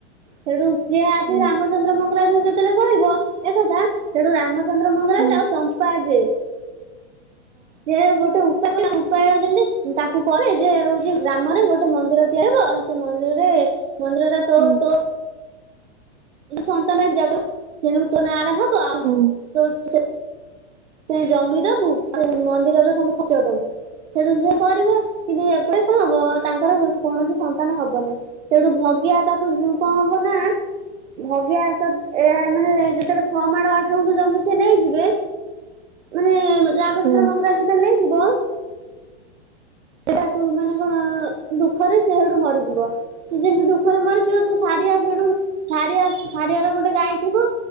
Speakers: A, on the right (about 85°); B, on the right (about 60°).
A: ସେଠୁ ସିଏ ଆସିକି
B: ହୁଁ
A: ରାମଚନ୍ଦ୍ର
B: ହଁ
A: ମଙ୍ଗରାଜୁ ଯେତେବେଳେ କହିବ ଏ କଥା ସେଠୁ ରାମଚନ୍ଦ୍ର ମଙ୍ଗରାଜ
B: ହୁଁ ହୁଁ
A: ଆଉ ଚମ୍ପା ଯେ ସେ ଗୋଟେ ଉପାୟ। <unintelligible> ଉପାୟ ଯେମିତି ତାକୁ କରେ ଯେ ହଉଛି ଗ୍ରାମରେ ଗୋଟେ ମନ୍ଦିର ତିଆବ ଆଉ ସେ ମନ୍ଦିରରେ ମନ୍ଦିର ଟା ତୋ
B: ହଁ ହୁଁ
A: ତୋ ସନ୍ତାନ ଜାଗ ତେଣୁ ତୋ ନା ଆର ହବ ଆଉ
B: ହୁଁ
A: ତୋ ସେ ଜମି ଦବୁ ସେ ମନ୍ଦିରରେ ସବୁ ଖର୍ଚ୍ଚ ଦବୁ। ସେଠୁ ସେ କରିବ କିନ୍ତୁ ଏପଟେ କଣ ହବ ତାଙ୍କର କୌଣସି ସନ୍ତାନ ହବନି। ସେଇଠୁ ଭଗିଆ ତାକୁ କଣ ହବ ନା? ଭଗିଆ ଏକକ୍ ଏ ମାନେ, ଯେତେବେଳେ ଛଅ ମାଣ ଆଠ ଗୁଣ୍ଠୁ ଜମି ସେ ନେଇଯିବେ ମାନେ-ଏ ରାମଚନ୍ଦ୍ର
B: ହୁଁ ହୁଁ
A: ମଙ୍ଗରାଜ ଯେତେଳ ନେଇଯିବ! ସେଟାକୁ ମାନେ କଣ ଦୁଃଖରେ ସେ ହେଠୁ ମରିଯିବ। ସେ ଯେମିତି ଦୁଃଖରେ ମରିଯିବ। ଯୋଉ ସାରିଆ ସେଠୁ ସାରିଆ ସାରିଆର ଗୋଟେ ଗାଈ ଥିବ।